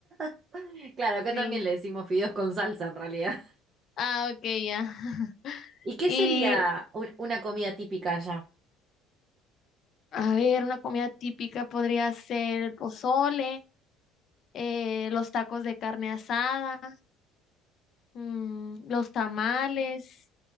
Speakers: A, on the right (about 40°); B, on the left (about 50°).
A: <laughs> Claro, acá
B: Sí.
A: también le decimos fideos con salsa en realidad.
B: Ah, ok, ya. <laughs>
A: <laughs> ¿Y qué
B: Y
A: sería un- una comida típica allá?
B: a ver, una comida típica podría ser el pozole, eh, los tacos de carne asada, mm, los tamales,